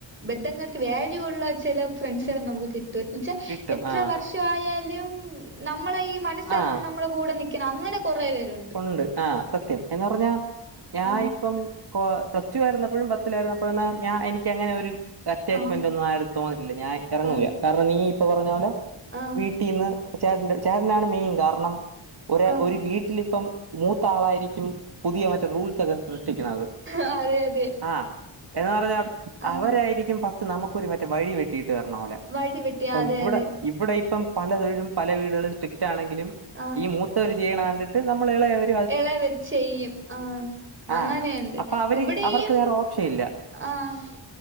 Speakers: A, on the right; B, on the right.
A: ബന്ധങ്ങൾക്ക് വാല്യൂ ഉള്ള ചെല ഫ്രണ്ട്സ്കളും നമുക്ക് കി ട്ടു എന്നെച്ചാ
B: കിട്ടും
A: എത്ര
B: ആഹ്
A: വർഷവായാലും നമ്മളെ ഈ മനസ്സറിഞ്ഞ്
B: ആഹ്
A: നമ്മളെ കൂടെ നി ക്ക്ണ അങ്ങനെ കുറേ പേരുണ്ട്
B: ഉണ്ട് ആഹ് സത്യം എന്നറഞ്ഞാ ഞാഇപ്പം
A: ആഹ്
B: കോ പ്ലസ് ടു ആയിരുന്നപ്പഴും പത്തിലായിരുന്നപ്പഴും ഞാൻ എനിക്കങ്ങനൊരു അറ്റാച്ച്മെന്റൊന്നും
A: ആഹ്
B: ആരെത്തോന്നിട്ടില്ല ഞാൻ എറങ്ങൂല
A: ആഹ്
B: കാരണം നീ ഇപ്പ പറഞ്ഞപോലെ
A: ആഹ്
B: വീട്ടിന്ന് ചേട്ടന്റെ ചേട്ടനാണ് മെയിൻ കാരണം ഒര്
A: ആഹ്
B: ഒരു വീട്ടിലിപ്പം മൂത്താ ളായിരിക്കും പുതിയ മറ്റെ റൂൾസൊക്കെ സൃഷ്ടിക്ക്ണത്
A: അതെ അതെ
B: ആഹ് എന്ന് പറഞ്ഞാ
A: ആഹ്
B: അവരായിരിക്കും ഫസ്റ്റ് നമുക്കൊരു മറ്റെ വഴി വെട്ടിയിട്ട് തര്ണപോലെ
A: വടി വെട്ടി അതെ
B: ഇവിടെ
A: അതെ
B: ഇവിടെയിപ്പം പലതെഴും പല വീടുകളും സ്ട്രിക്റ്റാണെങ്കിലും
A: ആഹ്
B: ഈ മൂ ത്തവര് ചെയ്യ്ണകണ്ടിട്ട് നമ്മളെഎളയവരും
A: എളയവര് ചെയ്യും ആഹ് അങ്ങനെയ്ണ്ട്
B: ആഹ് അപ്പൊ അവര്
A: ഇവിടെയും
B: അവർക്ക് വേറെ ഓപ്ഷൻ ഇല്ല
A: ആഹ്